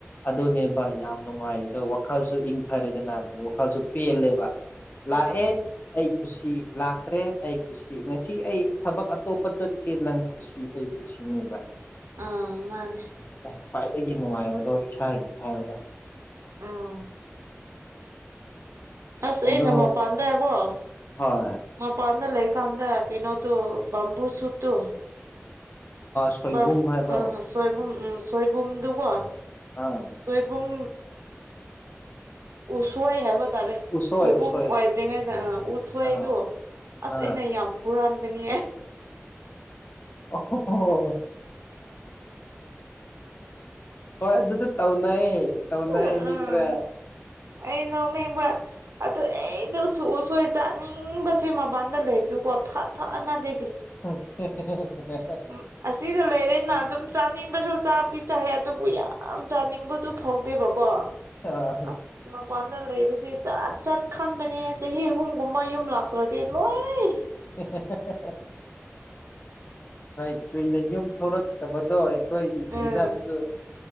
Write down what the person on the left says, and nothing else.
ꯑꯗꯨꯅꯦꯕ ꯌꯥꯝ ꯅꯨꯡꯉꯥꯏꯔꯦ ꯑꯗꯣ ꯋꯥꯈꯜꯁꯨ ꯏꯪꯊꯔꯦꯗ ꯅꯍ ꯋꯥꯈꯜꯁꯨ ꯄꯦꯜꯂꯦꯕ ꯂꯥꯛꯑꯦ
ꯑꯩ ꯈꯨꯁꯤ ꯂꯥꯛꯇ꯭ꯔꯦ ꯑꯩ ꯀꯁꯤ ꯉꯁꯤ ꯑꯩ ꯊꯕꯛ ꯑꯇꯣꯞꯄ ꯆꯠꯀꯦ ꯅꯪ ꯈꯨꯁꯤ ꯑꯩ ꯀꯁꯤꯅꯦꯕ
ꯈ꯭ꯋꯥꯏꯗꯒꯤ ꯅꯨꯡꯉꯥꯏꯕꯗꯣ ꯏꯁꯥꯒꯤ ꯍꯥꯏꯕꯗ
ꯑꯗꯣ
ꯍꯣꯏ
ꯁꯣꯏꯕꯨꯝ
ꯍꯥꯏꯕ꯭ꯔꯣ
ꯑꯥ
ꯎꯁꯣꯏ
ꯎꯁꯣꯏ
ꯑꯥ
ꯑꯥ
ꯑꯣ ꯍꯣꯏ ꯑꯗꯨꯁꯨ ꯇꯧꯅꯥꯏ ꯇꯧꯅꯥꯏ
ꯃꯤꯀꯔ
ꯎꯝ ꯎ
ꯑ
<unintelligible> ꯍ ꯀꯣꯏꯅ ꯌꯨꯝ ꯊꯣꯛꯐꯝ ꯇꯕꯗꯣ ꯑꯩꯈꯣꯏꯒꯤ ꯆꯤꯟꯖꯥꯛꯁꯨ